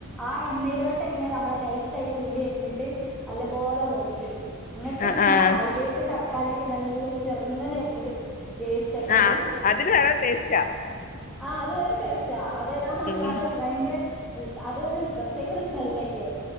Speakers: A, in the centre; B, on the left (about 35°).
A: ആഹ് എന്നലോട്ട്ല്ല നമ്മളെ നൈസ് ഉള്ളി അരിഞ്ഞിട്ട് നല്ല പോലെ മൂപ്പി ചെടുക്കും
B: ആഹ്
A: പിന്നെ
B: ആഹ്
A: അതിലേക്ക് തക്കാളി െ നല്ല ചെറുന്നന അരിഞ്ഞിട്ട് പേസ്റ്റാക്കിയിട്ട്
B: ആഹ അതിന് വേറെ ദേശ
A: ആഹ് അത് വരട്ടെ അതേതാ മസാല
B: ഉം
A: ഭയങ്കര അതൊരു പ്രത്യേക ഒരു സ്മെല്ലൊക്കെയെ